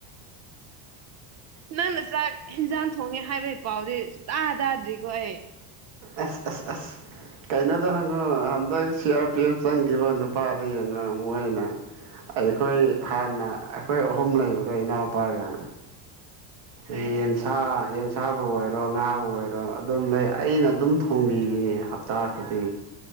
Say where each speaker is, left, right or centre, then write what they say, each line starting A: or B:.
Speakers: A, on the right (about 35°); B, on the right (about 65°).
A: ꯅꯪꯅ ꯆꯥꯛ ꯏꯟꯖꯥꯡ ꯊꯣꯡꯉꯦ ꯍꯥꯏꯕꯒꯤ ꯄꯥꯎꯗꯤ ꯁꯇꯥꯥ ꯇꯥꯗ꯭ꯔꯤꯀꯣ ꯑꯩ
B: ꯑꯁ ꯑꯁ ꯑꯁ ꯀꯩꯅꯣꯗꯣ ꯍꯪꯉꯣ ꯍꯟꯗꯛ ꯁꯤ ꯑꯥꯔ ꯄꯤ ꯑꯐ ꯆꯪꯈꯤꯕ ꯅꯨꯄꯥꯗ ꯌꯦꯡꯉꯣ ꯃꯣꯏꯅ ꯑꯩꯈꯣꯏ ꯍꯥꯟꯅ ꯑꯩꯈꯣꯏ ꯑꯍꯨꯝ ꯂꯩꯕꯗꯣ ꯏꯅꯥꯎꯄꯥꯒ
A: ꯍꯣꯏ
B: ꯑꯦꯟꯁꯥ
A: ꯍꯣꯏ
B: ꯌꯦꯟ ꯏꯁꯥꯕꯨ ꯑꯣꯏꯔꯣ ꯉꯥꯕꯨ ꯑꯣꯏꯔꯣ ꯑꯗꯨꯝ ꯂꯩ ꯑꯩꯅ ꯑꯗꯨꯝ ꯊꯣꯡꯕꯤꯔꯤꯅꯤ ꯇꯈꯗꯤ